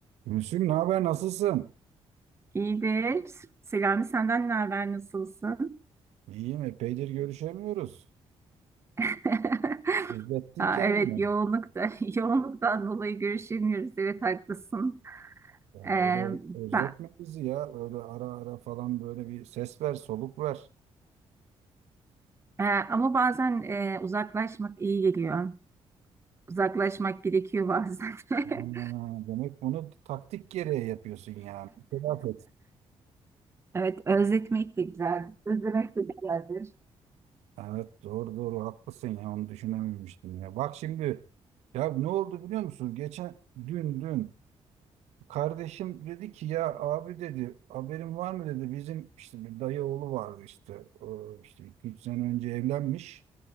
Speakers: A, on the right; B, on the right.
A: Gülsüm ne haber nasılsın?
B: İyidir. Selami senden ne haber? Nasılsın?
A: İyiyim epeydir görüşemiyoruz.
B: <laughs>
A: Özlettin
B: Ha,
A: kendini.
B: evet yoğunlukta, <laughs> da yoğunluktan dolayı görüşemiyoruz. Evet haklısın.
A: Ya
B: Ee,
A: böyle özletme
B: ben,
A: bizi ya. Öyle ara ara falan böyle bir ses ver, soluk ver.
B: e, ama bazen e, uzaklaşmak iyi geliyor. Uzaklaşmak gerekiyor bazen. <laughs>
A: Aynen. Demek bunu taktik gereği yapıyorsun yani. İtiraf et.
B: Evet, özletmek de güzel. Özlemek de güzeldir.
A: Evet doğru doğru haklısın ya onu düşünememiştim ya. Bak şimdi ya ne oldu biliyor musun? Geçen dün dün Kardeşim dedi ki ya abi dedi haberin var mı dedi bizim işte bir dayı oğlu vardı işte O işte 2-3 sene önce evlenmiş